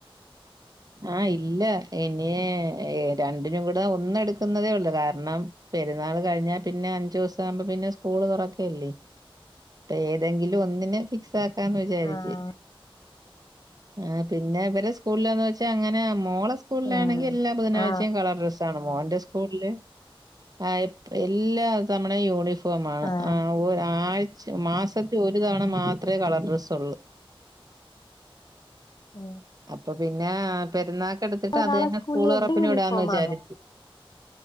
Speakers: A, on the right (about 40°); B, on the left (about 45°).
A: ആഹ് ഇല്ല ഇനി രണ്ടിനും കൂടെ ഒന്ന് എടുക്കുന്നതേ ഉള്ളു കാരണം പെരുന്നാൾ കഴിഞ്ഞാ പിന്നെ അഞ്ചു ദിവസം ആകുമ്പ പിന്നെ സ്കൂള് തുറക്കല്ലേ ഏതെങ്കിലും ഒന്നിന് ഫിക്സ് ക്കാന്ന് വിചാരിച്ച്
B: ആഹ്
A: ആ പിന്നെ ഇവരെ സ്കൂളിലാന്ന് വച്ചാ- പക്ഷേ അങ്ങനെ മോളെ സ്കൂളിലാണെങ്കി
B: ആഹ്
A: എല്ലാ ബുധനാഴ്ചയും
B: ആഹ്
A: കളർ ഡ്രസ്സ് ആണ് മോന്റെ സ്കൂളില് ആ എല്ലാ തവണയും യൂണിഫോ- ഫോമാണ്
B: ആഹ്
A: ആഴ്ച മാസത്തി ഒരു തവണ
B: ആഹ്
A: മാത്രമേ കളർ ഡ്രെസ്സള്ളു
B: ആ
A: അപ്പൊ പിന്നെ പെരുന്നാക്ക് എടുത്തിട്ട്
B: ഒരാളെ
A: അത് തന്നെ
B: സ്കൂളിൽ
A: സ്കൂൾ തുറപ്പിനും
B: എന്നും യൂണിഫോമാണ്
A: ഇടാന്ന് വിചാരിച്ചു